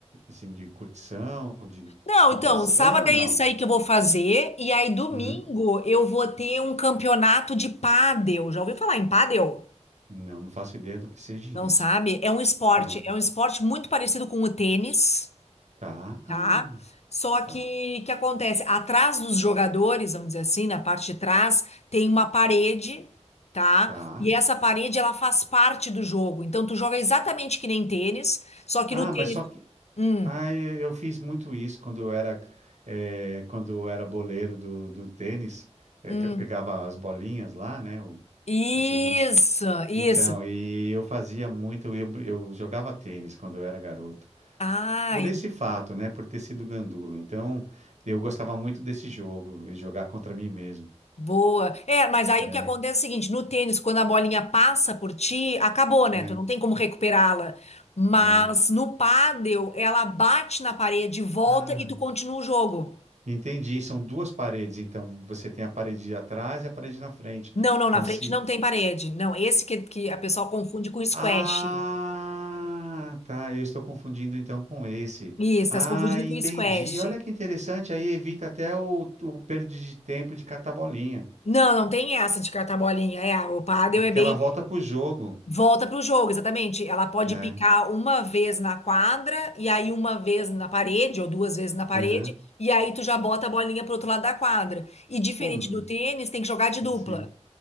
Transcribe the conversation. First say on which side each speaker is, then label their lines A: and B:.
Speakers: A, on the right; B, on the left.
A: assim, de curtição, de
B: Não,
A: descontração
B: então, sábado
A: ou não?
B: é isso aí que eu vou fazer, e aí domingo
A: Uhum.
B: eu vou ter um campeonato de pádel. Já ouviu falar em pádel?
A: Não, não faço ideia do que seja isso.
B: Não sabe? É um esporte,
A: Não.
B: é um esporte muito parecido com o tênis,
A: Tá.
B: tá?
A: Ah,
B: Só
A: tá.
B: que que acontece? Atrás dos jogadores, vamos dizer assim, na parte de trás, tem uma parede, tá?
A: Tá.
B: E essa parede ela faz parte do jogo. Então tu joga exatamente que nem tênis, só que
A: Ah,
B: no tênis,
A: mas só que.
B: hum,
A: Ah, eu fiz muito isso quando eu era, eh, quando eu era boleiro do, do tênis. Eh,
B: hum.
A: ca- pegava as bolinhas lá, né? O,
B: Isso,
A: o que a gente...
B: isso.
A: Então, e eu fazia muito. Eu, br- eu jogava tênis quando eu era garoto.
B: Ah,
A: Por esse fato, né? Por ter sido gandula. Então, eu gostava muito desse jogo e jogar contra mim mesmo.
B: Boa. É, mas aí
A: É,
B: o que acontece é o seguinte, no tênis, quando a bolinha passa por ti, acabou, né?
A: é.
B: Tu não tem como recuperá-la. Mas
A: Não.
B: no pádel, ela bate na parede, volta
A: Ah.
B: e tu continua o jogo.
A: Entendi. São duas paredes, então você tem a parede de atrás e a parede na frente.
B: Não, não,
A: Então
B: na frente
A: se
B: não tem parede. Não, esse que, que a pessoa confunde com squash.
A: Ah, tá, eu estou confundindo então com esse.
B: Isso,
A: Ah,
B: tá se confundindo
A: entendi.
B: com squash.
A: Olha que interessante, aí evita até o, o perda de tempo de catar bolinha,
B: Não, não tem essa de catar bolinha. É, o pádel
A: É
B: é
A: porque
B: bem.
A: ela volta pro jogo,
B: Volta para o jogo, exatamente. Ela pode
A: né?
B: picar uma vez na quadra, e aí uma vez na parede, ou duas vezes na parede,
A: Aham.
B: e aí tu já bota a bolinha pro outro lado da quadra. E diferente
A: Pô, hum,
B: do tênis, tem que jogar de dupla.
A: sim.